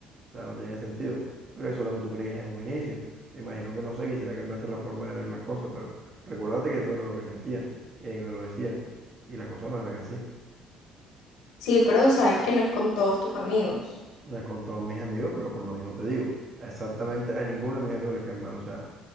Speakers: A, on the right; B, on the left.
A: O sea, no tiene sentido. Pero eso es lo que tú creías en un inicio. Imagino que no sé, quizás ya cambiaste la forma de ver las cosas, pero recuérdate que eso era lo que sentía y ahí me lo decía. Y las cosas no eran así.
B: Sí, pero sabes que no es con todos tus amigos.
A: No es con todos mis amigos, pero por lo mismo te digo, exactamente a ninguno de mis amigos les cae mal. O sea,